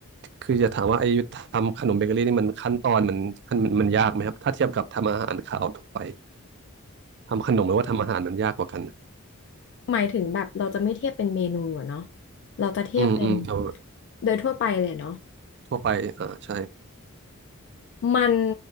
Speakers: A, on the right; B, on the left.
A: คือจะถามว่าไอ้ทำขนมเบเกอรี่นี่มันขั้นตอนมันขั้นมันมันยากไหมครับถ้าเทียบกับทำอาหารขาวทั่วไปทำขนมหรือว่าทำอาหารมันยากกว่ากัน
B: หมายถึงแบบเราจะไม่เทียบเป็นเมนูอะเนาะเราจะเทียบเป็น
A: อืมอืมเอา
B: โดยทั่วไปเลยเนาะ
A: ทั่วไปอ่าใช่
B: มัน